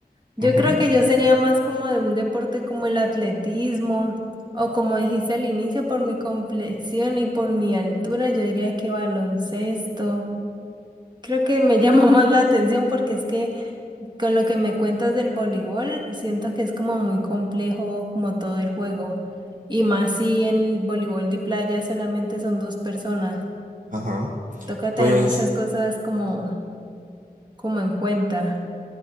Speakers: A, on the right (about 25°); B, on the right (about 55°).
A: Yo
B: Ujú,
A: creo que yo sería más como de un deporte como el atletismo o como dijiste al inicio, por mi complexión y por mi altura, yo diría que baloncesto. Creo que me llamó <laughs> más la atención porque es que con lo que me cuentas del voleibol, siento que es como muy complejo como todo el juego. Y más si en el voleibol de playa solamente son dos personas.
B: Ajá.
A: Toca tener
B: Pues
A: muchas cosas como como en cuenta.